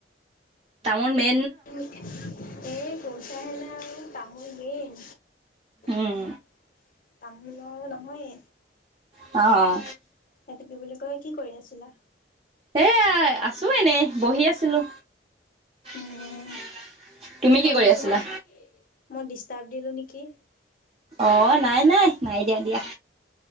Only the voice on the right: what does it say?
তামোল মে
উম
অহ
এয়া আছো এনেই বহি আছিলো।
<inaudible> তুমি
কি
কৰি আছিলা?
অহ, নাই- নাই -নাই দিয়া - দিয়া।